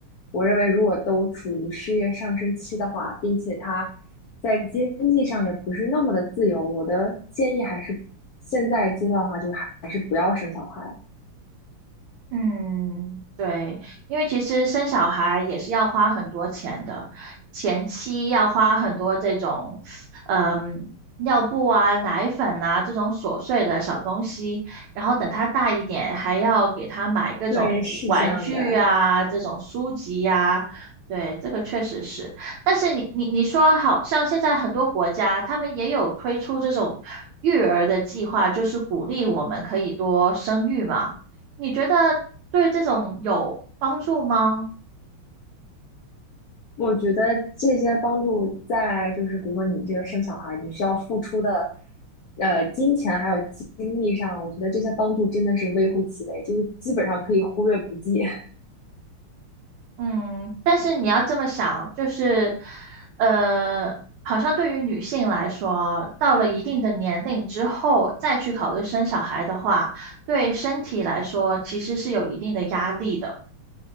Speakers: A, on the left; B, on the right.
A: 我认为如果都处于事业上升期的话，并且他在经济上也不是那么的自由，我的建议还是现在阶段的话，就还还是不要生小孩。
B: 嗯，对，因为其实生小孩也是要花很多钱的，前期要花很多这种，嗯，尿布啊、奶粉啊这种琐碎的小东西，然后等他大一点，还要给他买各种玩具啊、
A: 对，是这样的。
B: 这种书籍呀、对，这个确实是。但是你你你说，好像现在很多国家他们也有推出这种育儿的计划，就是鼓励我们可以多生育嘛。你觉得对这种有帮助吗？
A: 我觉得这些帮助在就是比如说你这个生小孩儿，你需要付出的，呃，金钱还有精力上，我觉得这些帮助真的是微乎其微，就是基本上可以忽略不计。<laughs>
B: 嗯，但是你要这么想，就是，呃，好像对于女性来说，到了一定的年龄之后再去考虑生小孩的话，对身体来说其实是有一定的压力的。